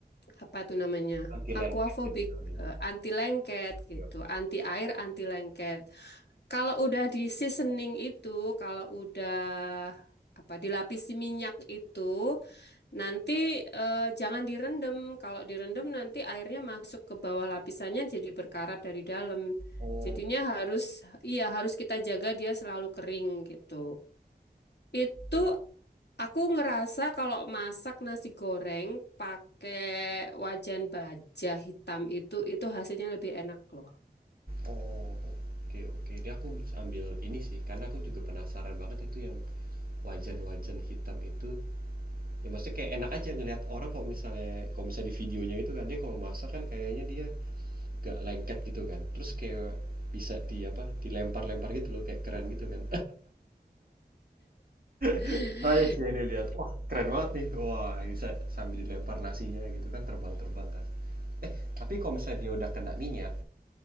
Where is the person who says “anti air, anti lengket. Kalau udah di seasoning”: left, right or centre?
Left